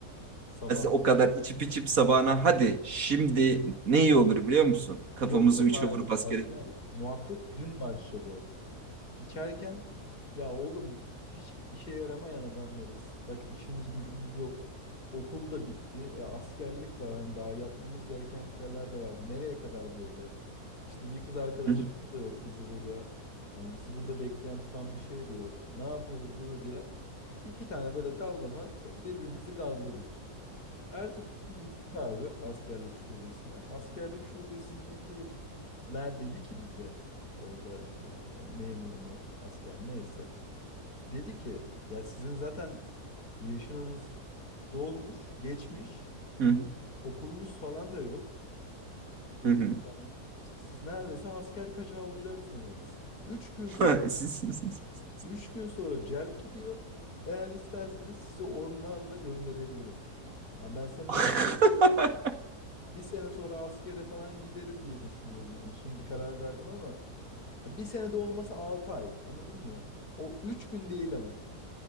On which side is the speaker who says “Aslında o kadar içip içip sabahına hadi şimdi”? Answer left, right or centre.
Right